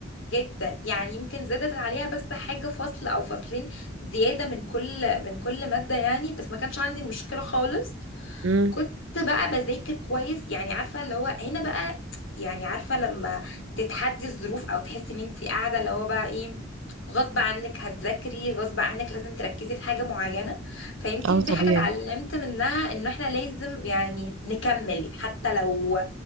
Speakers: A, on the left; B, on the right.
A: جدا يعني يمكن زادت عليها بس حاجة فصل او فصلين زيادة من كل من كل مادة يعني بس ما كانش عندي مشكلة خالص
B: مم.
A: كنت بقى بذاكر كويس يعني عارفة اللي هو هنا بقى يعني عارفة لما تتحدي الظروف او تحسي ان انت قاعدة اللي هو بقى ايه غصب عنك هتذاكري غصب عنك لازم تركزي في حاجة معينة فيمكن
B: اه طبيعي
A: دي حاجة اتعلمت منها ان احنا لازم يعني نكمل حتى لو